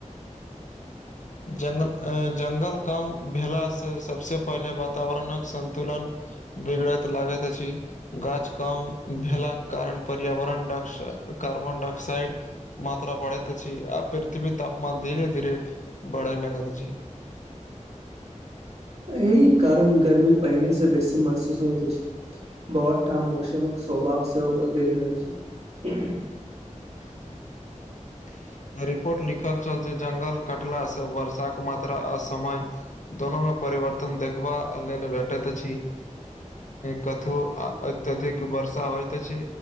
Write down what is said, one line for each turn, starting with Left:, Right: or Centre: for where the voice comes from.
Left: जंगल-जंगल कम भेलासँ सबसं पहिले वातावरणक संतुलन बिगड़त लागत अछी। गाछ कम भेलाक कारण पर्यावरण डाक्सा, कार्बन डाक्साइड मात्रा बढ़ैत अछी आ पृथ्वी तापमान धीरे धीरे बढ़ै लागैत अछी।
Right: अही कारण गर्मी पहिने सं बेसी महसूस होइत अछी। बहुत ठाम मौसमक स्वभाव सेहो बदलै रहल अछी। ह
Left: <unintelligible> रिपोर्ट लिखल छल जे जंगल कटला सं वर्षाक मात्रा असमय दोनोमे परिवर्तन देखबा लेल भेटैत अछी। कतहु अत्यधिक वर्षा होइत अछी।